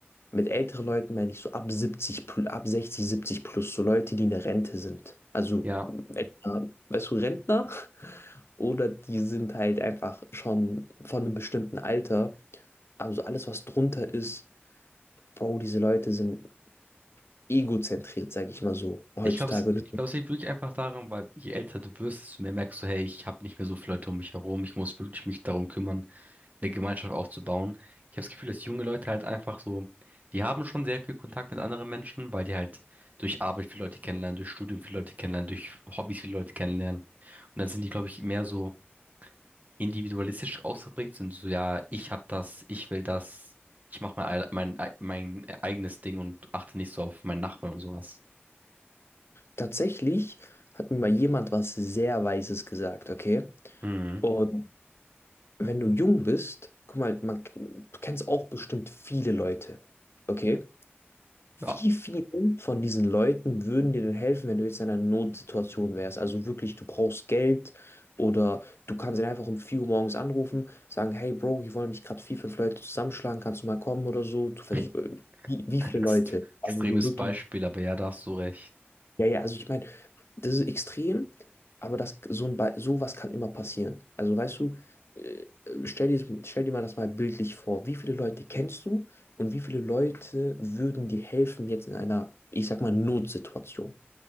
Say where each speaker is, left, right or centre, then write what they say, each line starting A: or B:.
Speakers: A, on the left; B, on the right.
A: mit älteren Leuten meine ich so ab siebzig, pl- ab 60, 70 plus, so Leute, die in der Rente sind. Also,
B: Ja.
A: Rentner, weißt du, Rentner? <laughs> Oder die sind halt einfach schon von einem bestimmten Alter. Also alles, was drunter ist, Bro, diese Leute sind egozentriert, sag ich mal so, heutzutage.
B: Ich glaube, es,
A: Und
B: ich glaube, es liegt wirklich einfach daran, weil je älter du wirst, desto mehr merkst du, hey, ich habe nicht mehr so viele Leute um mich herum, ich muss wirklich mich darum kümmern. eine Gemeinschaft aufzubauen. Ich habe das Gefühl, dass junge Leute halt einfach so, die haben schon sehr viel Kontakt mit anderen Menschen, weil die halt durch Arbeit viele Leute kennenlernen, durch Studium viele Leute kennenlernen, durch Hobbys viele Leute kennenlernen. Und dann sind die, glaube ich, mehr so individualistisch ausgeprägt, sind so, ja, ich hab das, ich will das, ich mache mein, mein, mein eigenes Ding und achte nicht so auf meinen Nachbarn und sowas.
A: tatsächlich hat mir mal jemand was sehr Weises gesagt, okay?
B: Mhm.
A: Und wenn du jung bist, guck mal, man, du kennst auch bestimmt viele Leute, okay?
B: Ja,
A: Wie vielen von diesen Leuten würden dir denn helfen, wenn du jetzt in einer Notsituation wärst? Also wirklich, du brauchst Geld oder du kannst ihn einfach um 4 Uhr morgens anrufen, sagen, hey Bro, hier wollen mich gerade vier, fünf Leute zusammenschlagen, kannst du mal kommen oder so? Du versuch,
B: <laughs>
A: äh, wie, wie viele
B: Ex
A: Leute? Also
B: extremes
A: so wirklich,
B: Beispiel, aber ja, da hast du recht.
A: ja, ja, also ich meine, das ist extrem, aber das, so ein, Be- sowas kann immer passieren. Also weißt du, äh, stell dir, stell dir mal das mal bildlich vor. Wie viele Leute kennst du und wie viele Leute würden dir helfen jetzt in einer, ich sag mal, Notsituation?